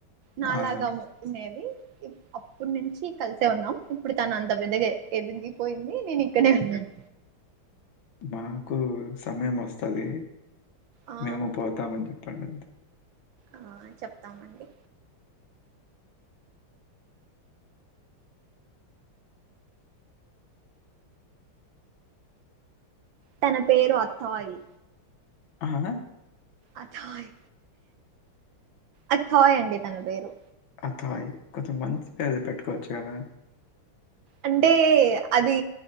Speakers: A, on the right; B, on the left.
A: నాలాగానే
B: ఆ!
A: ఉండేది అప్పుడు నుంచి కలిసే ఉన్నాం ఇప్పుడు తను అంత పెద్దగా ఎదిగిపోయింది నేను ఇక్కడే ఉన్నాను
B: మాకు సమయం వస్తది
A: ఆ
B: మేము పోతామని చెప్పండి అంతే
A: ఆ చెప్తామండి తన పేరు అత్తాయి
B: ఆహ
A: అథాయ్ అథాయ్ అండి తన పేరు
B: అథాయ్ కొంచం మంచి పేరు పెట్టుకోవచ్చు కదా
A: అంటే అది